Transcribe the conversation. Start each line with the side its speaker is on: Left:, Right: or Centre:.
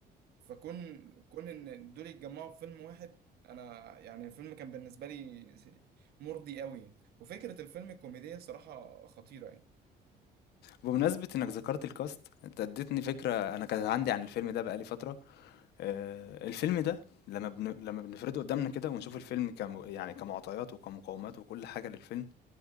Right: فكون كون ان دول يتجمعوا في فيلم واحد انا يعني الفيلم كان بالنسبه لي س- مرضي قوي يعني. وفكره الفيلم الكوميديه صراحه خطيره يعني
Left: بمناسبة انك ذكرت الكاست انت اديتني فكرة انا كانت عندي عن الفيلم ده بقالي فترة آه، الفيلم ده لما بن... لما بنفرده قدامنا كده ونشوف الفيلم كم... يعني كمعطيات وكمقومات وكل حاجة للفيلم